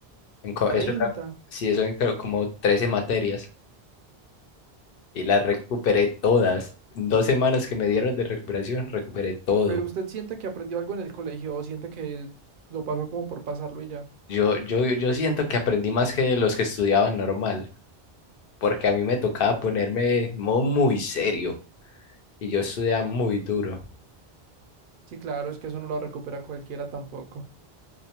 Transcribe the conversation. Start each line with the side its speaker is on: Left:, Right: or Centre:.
Left: En co-
Right: treinta
Left: eso era, sí, eso eran creo como 13 materias y las recuperé todas. En dos semanas que me dieron de recuperación, recuperé todo.
Right: Pero usted siente que aprendió algo en el colegio o siente que lo pasó como por pasarlo y ya.
Left: Yo, yo, yo siento que aprendí más que los que estudiaban normal, porque a mí me tocaba ponerme en modo muy serio y yo estudiaba muy duro.
Right: Sí, claro, es que eso no lo recupera cualquiera tampoco.